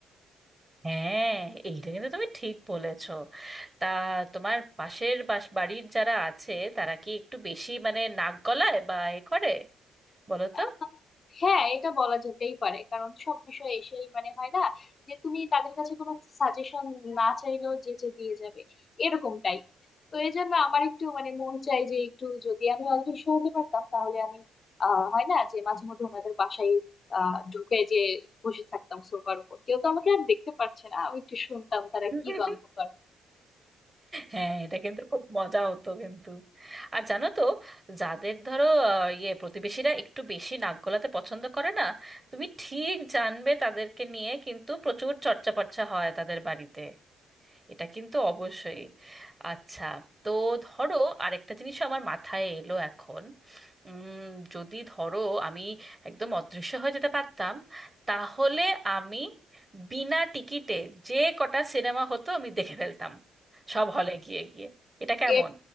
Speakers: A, on the right (about 20°); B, on the left (about 40°).
A: হ্যাঁ এইটা কিন্তু তুমি ঠিক বলেছো তা তোমার পাশের বাস বাড়ির যারা আছে তারা কি একটু বেশি মানে নাক গলায় বা এ করে বলো তো
B: আহ, হ্যাঁ এটা বলা যেতেই পারে কারণ সব বিষয় এসেই মানে হয় না যে তুমি তাদের কাছে কোনো সাজেশন না চাইলেও যে যে দিয়ে যাবে এরকম টাইপ তো এই জন্য আমার একটু মানে মন চাই যে একটু যদি আমি অদৃশ্য হতে পারতাম তাহলে আমি আহ হয় না যে মাঝে মধ্যে ওনাদের বাসায় আহ ঢুকে যে বসে থাকতাম সোফার উপর কেউ তো আমাকে আর দেখতে পারছে না আমি একটু শুনতাম তারা
A: <laughs>
B: কি গল্প করে
A: হ্যাঁ এটা কিন্তু খুব মজা হতো কিন্তু আর জানো তো যাদের ধরো আহ, ইয়ে প্রতিবেশীরা একটু বেশি নাক গলাতে পছন্দ করে না তুমি ঠিক জানবে তাদেরকে নিয়ে কিন্তু প্রচুর চর্চা পর্চা হয় তাদের বাড়িতে এটা কিন্তু অবশ্যই আচ্ছা তো ধরো আরেকটা জিনিস আমার মাথায় এলো এখন উম, যদি ধরো আমি একদম অদৃশ্য হয়ে যেতে পারতাম তাহলে আমি বিনা টিকিটে যে কটা সিনেমা হতো আমি দেখে ফেলতাম সব হলে গিয়ে গিয়ে এটা কেমন
B: এর